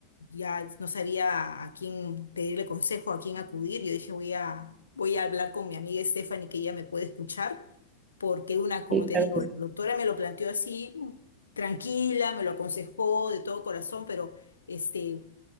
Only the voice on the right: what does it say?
Sí,
claro
que sí,